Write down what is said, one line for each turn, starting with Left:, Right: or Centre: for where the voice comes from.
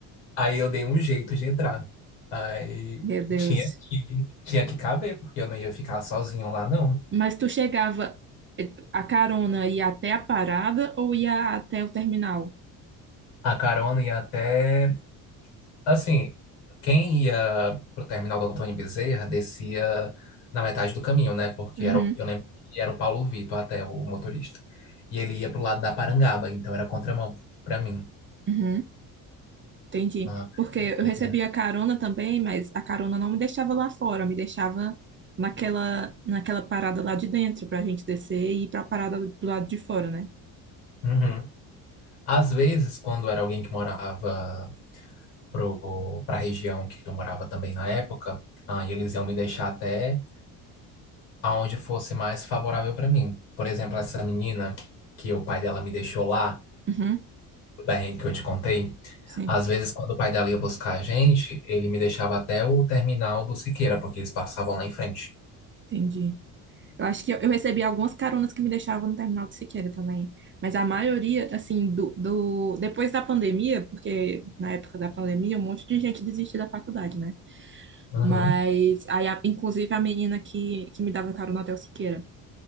Left: aí eu dei um jeito de entrar. Aí
Right: Meu Deus.
Left: tinha que, tinha que caber, porque eu não ia ficar sozinho lá, não.
Right: Mas tu chegava, eh, a carona ia até a parada ou ia até o terminal?
Left: A carona ia até. Assim, quem ia pro terminal do Antônio Bezerra descia na metade do caminho, né? Porque
Right: Uhum,
Left: era, o- eu lembro que era o Paulo Vitor até o motorista. E ele ia pro lado da Parangaba, então era contramão pra mim.
Right: uhum. Entendi.
Left: Ah,
Right: Porque eu
Left: pois
Right: recebia
Left: é.
Right: carona também, mas a carona não me deixava lá fora, me deixava naquela, naquela parada lá de dentro, pra gente descer e ir pra parada do lado de fora, né?
Left: Uhum. Às vezes, quando era alguém que morava pro, pra região que eu morava também na época, ah, e eles iam me deixar até aonde fosse mais favorável pra mim. Por exemplo, essa menina que o pai dela me deixou lá.
Right: Uhum,
Left: do perrengue que eu te contei,
Right: sim.
Left: às vezes quando o pai dela ia buscar a gente, ele me deixava até o terminal do Siqueira, porque eles passavam lá em frente.
Right: Entendi. Eu acho que eu, eu recebi algumas caronas que me deixavam no terminal de Siqueira também. Mas a maioria, assim, do, do depois da pandemia, porque na época da pandemia um monte de gente desistiu da faculdade, né?
Left: Uhum.
Right: Mas aí, a- inclusive a menina que, que me dava carona até o Siqueira.